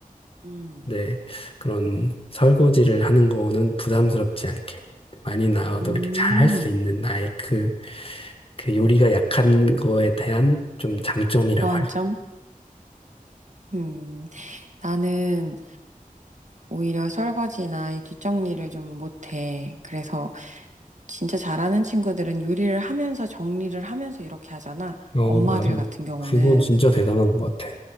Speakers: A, on the right; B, on the left.
A: 음,
B: 근데 그런 설거지를 하는 거는 부담스럽지 않게, 많이 나와도
A: 음.
B: 이렇게 잘 할 수 있는 나의 그, 그 요리가 약한 거에 대한 좀 장점이라고
A: 보완점? 음, 나는 오히려 설거지나 이 뒷정리를 좀 못해. 그래서 진짜 잘하는 친구들은 요리를 하면서 정리를 하면서 이렇게 하잖아.
B: 어,
A: 엄마들
B: 맞아.
A: 같은 경우는.
B: 그건 어, 진짜 대단한 것 같아.